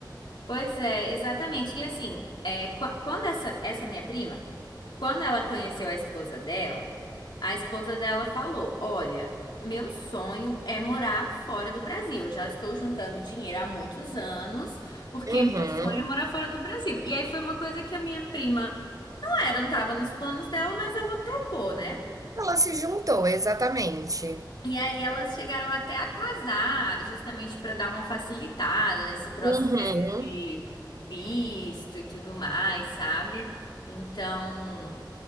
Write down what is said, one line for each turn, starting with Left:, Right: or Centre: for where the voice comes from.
Left: Pois é, exatamente. E assim, é, qu- quando essa, essa minha prima, quando ela conheceu a esposa dela, a esposa dela falou: Olha, meu sonho é morar fora do Brasil. Eu já estou juntando dinheiro há muitos anos, porque
Right: Uhum.
Left: meu sonho é morar fora do Brasil. E aí foi uma coisa que a minha prima Era, não tava nos planos dela, mas ela topou, né?
Right: Ela se juntou, exatamente.
Left: E aí elas chegaram até a casar, justamente para dar uma facilitada nesse processo
Right: Uhum.
Left: de visto e tudo mais, sabe? Então,